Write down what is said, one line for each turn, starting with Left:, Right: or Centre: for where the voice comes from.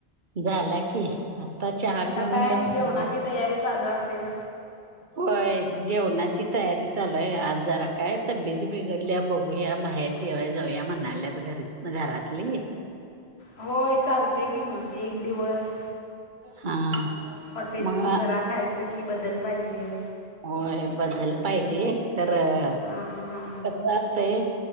Right: झाला की, आता चहा
Left: आता
Right: पिऊन
Left: काय
Right: बसलोय.
Left: जेवणाची तयारी चालू असेल.
Right: होय जेवणाची तयारी चालूये, आज जरा काय तब्येत बिघडल्या बघुया बाहेर जेवायला जाऊया म्हणाल्यात, घरी घरातली.
Left: होय चालतंय की मग, एक दिवस.
Right: हा
Left: हॉटेलच
Right: मग
Left: जरा खायचं कि, बदल पाहिजे.
Right: होय बदल पाहिजे, खरं
Left: हा हा हा.
Right: असतय